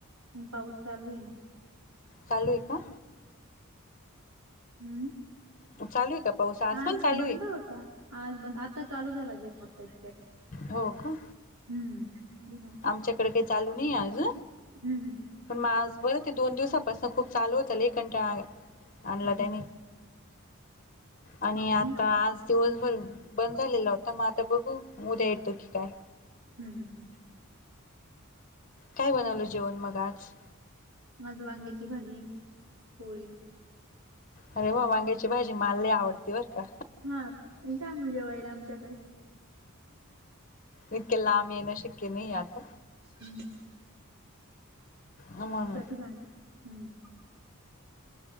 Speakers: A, on the right (about 80°); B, on the left (about 40°).
A: पाऊस चालू आहे ना.
B: चालू आहे का.
A: हम्म...
B: मग चालू आहे का पाऊस.
A: आज
B: पण चालू
A: बंद
B: आहे
A: होता आज बंद आता चालू झाला दिवस आता इतक्यात.
B: हो का
A: हम्म आधी नव्हता
B: आमच्याकडे काही चालू नाही आज.
A: हम्म
B: पण आज बरं दोन दिवसापासून खूप चालू होत लई कंटाळा आणला
A: हम्म
B: त्यानी.
A: हम्म
B: आणि
A: आज नाही
B: आता
A: आला
B: आज दिवसभर बंद झालेला होता मग आता बघू. उद्या येतो की काय.
A: हम् हम हम्..
B: काय बनवल जेवण मग आज.
A: माझ वांग्याची भाजी पोळी.
B: अरे वा वांग्याची भाजी मला लई आवडती बर का.
A: हा का छान जेवायला आमच्याकडे.
B: इतके लाब येणे शक्य आता.
A: हम्म
B: म्हणून
A: प्रतिभां हम्म.